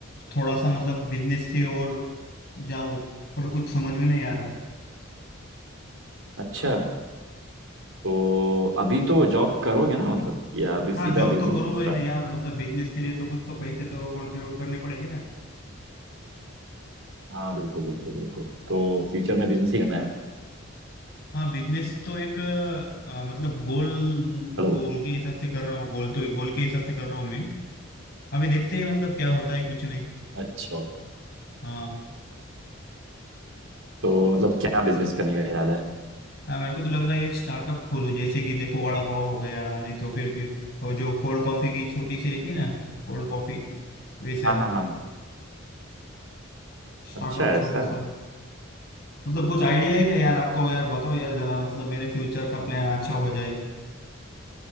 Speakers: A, on the left; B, on the right.
A: थोड़ा सा मतलब बिजनेस की ओर जाऊं पर कुछ समझ में नहीं आ रहा
B: अच्छा तो अभी तो जॉब करोगे ना मतलब या अभी सीधा
A: हाँ जॉब
B: बिजनेस
A: तो करूंगा
B: स्टार्ट
A: ही नहीं
B: कर
A: यार मतलब बिजनेस के लिए तो कुछ तो पैसे तो कंट्रीब्यूट करने पड़ेंगे ना
B: हाँ बिल्कुल बिल्कुल बिल्कुल तो फ्यूचर में बिजनेस ही करना है
A: हाँ बिजनेस तो एक अ, मतलब गोल
B: हेलो
A: गोल के हिसाब से कर रहा हूँ गोल तो गोल के हिसाब से कर रहा हूँ मैं अभी देखते हैं मतलब क्या होता है कुछ नहीं
B: अच्छा
A: हाँ
B: तो मतलब क्या बिजनेस करने का इरादा है
A: हाँ, मेरे को तो लग रहा है एक स्टार्टअप खोलूँ जैसे कि देखो वड़ा पाव हो गया नहीं तो फिर कि- वो जो कोल्ड कॉफी की छोटी सी रहती है ना कोल्ड कॉफी वैसे
B: हाँ हाँ हाँ
A: स्टार्टअप
B: अच्छा
A: छोटा
B: ऐसा
A: सा मतलब कुछ आइडिया है क्या यार आपको यार बताओ यार जरा मतलब मेरे फ्यूचर का प्लान अच्छा हो जाए